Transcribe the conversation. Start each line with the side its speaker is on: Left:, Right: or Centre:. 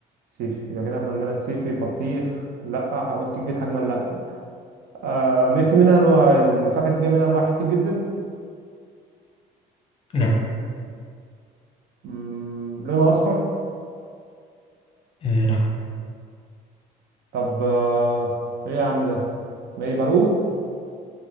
Right: سيفي يبقى كده احنا عندنا السيفي بطيخ لا قلت كبير حجما لا آه مي- في منها انواع الفاكهه دي فيها منها انواع كتير جدا
Left: لا
Right: مم، لونها اصفر
Left: آه لا
Right: طب آه ايه يا عم ده ما ايه برقوق